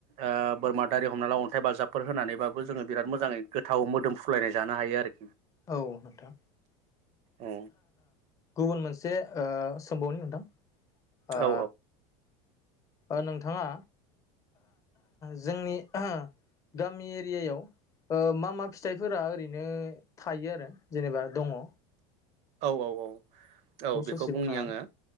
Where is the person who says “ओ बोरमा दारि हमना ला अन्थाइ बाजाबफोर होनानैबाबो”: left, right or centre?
Right